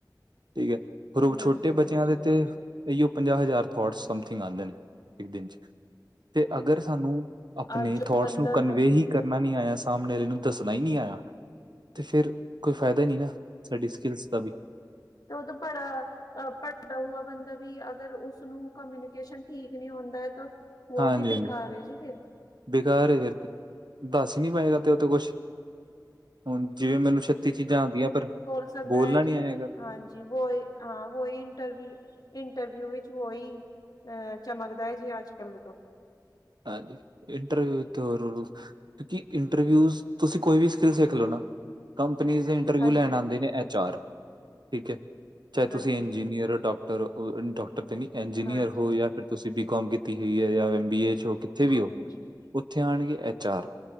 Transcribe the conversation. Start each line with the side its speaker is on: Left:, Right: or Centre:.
Right: ਠੀਕ ਐ। ਪਰ ਉਹ
Left: ਹਾਂਜੀ
Right: ਛੋਟੇ
Left: ਹਾਂਜੀ
Right: ਬੱਚਿਆਂ ਦੇ
Left: ਹਾਂਜੀ
Right: ਤੇ ਏਇਓ ਪੰਜਾਹ ਹਜ਼ਾਰ ਥੋਟਸ ਸਮਥਿੰਗ ਆਦੇ ਨੇ, ਇੱਕ ਦਿਨ 'ਚ ਤੇ ਅਗਰ ਸਾਨੂੰ ਆਪਣੇ
Left: ਅੱਜ ਜੋ
Right: ਥੋਟਸ
Left: ਬੰਦਾ
Right: ਨੂੰ ਕਨਵੇ
Left: ਹਾਂਜੀ
Right: ਹੀ ਕਰਨਾ ਨੀ ਆਇਆ ਸਾਮਣੇ ਆਰੈ ਨੂੰ ਦੱਸਣਾ ਈ ਨੀ ਆਇਆ ਤੇ ਫਿਰ ਕੋਈ ਫਾਇਦਾ ਈ ਨੀ ਨਾ, ਸਾਡੀ ਸਕਿੱਲਸ ਦਾ ਵੀ।
Left: ਉਹਤੇ ਪੜਾ ਅਹ ਭਟਕਦਾ ਹੁਆ ਬੰਦਾ ਵੀ, ਅਗਰ ਉਸਨੂੰ ਕਮਿਊਨੀਕੇਸ਼ਨ ਠੀਕ ਨਹੀ ਹੁੰਦਾ ਐ ਤਾਂ ਉਹ
Right: ਹਾਂਜੀ
Left: ਵੀ
Right: ਹਾਂਜੀ
Left: ਬੇਕਾਰ ਏ ਜੀ ਫਿਰ।
Right: ਬੇਕਾਰ ਏ ਫਿਰ ਤੇ ਦੱਸ ਨੀ ਪਾਏਗਾ ਤੇ ਉਹ ਤੇ ਕੁੱਛ ਹੁਣ ਜੇ ਮੈਨੂੰ ਛੱਤੀ ਚੀਜ਼ਾਂ ਆਂਦੀਆਂ, ਪਰ
Left: ਸਕਦਾ
Right: ਬੋਲਣਾ
Left: ਹੈ
Right: ਨੀ
Left: ਜੀ
Right: ਆਏਗਾ।
Left: ਹਾਂਜੀ ਵੋਈ ਹਾਂ, ਵੋਈ ਇੰਟਰਵਿਊ ਇੰਟਰਵਿਊ ਵਿੱਚ ਵੋਈ ਅ ਚਮਕਦਾ ਐ ਜੇ ਅੱਜ-ਕੱਲ੍ਹ ਤੋਂ
Right: ਹਾਂਜੀ ਇੰਟਰਵਿਊ ਤੋਰੁ ਰੂ ਕਿਉਂਕਿ, ਇੰਟਰਵਿਊਸ ਤੁਸੀਂ ਕੋਈ ਵੀ ਸਕਿੱਲ ਸਿੱਖ ਲੋ ਨਾ, ਕੰਪਨੀਜ਼ ਐਂ ਇੰਟਰਵਿਊ
Left: ਹਾਂਜੀ
Right: ਲੈਣ ਆਂਦੇ ਨੇ, ਐਚ ਆਰ ਠੀਕ ਏ। ਚਾਹੇ
Left: ਹਾਂਜੀ
Right: ਤੁਸੀਂ ਇੰਜੀਨੀਅਰ ਓ ਡਾ ਟਰ ਓ, ਡਾਕਟਰ ਤੇ ਨੀ। ਇੰਜੀਨੀਅਰ
Left: ਹਾਂਜੀ
Right: ਹੋ ਜਾਂ ਫਿਰ ਤੁਸੀਂ ਬੀਕੌਮ ਕੀਤੀ ਹੋਈ ਐ, ਜਾਂ ਐਮ ਬੀ ਏ 'ਚ ਹੋ। ਜਿੱਥੇ ਵੀ ਹੋ,
Left: ਹਾਂਜੀ
Right: ਉੱਥੇ ਆਂਣਗੇ ਐਚ ਆਰ।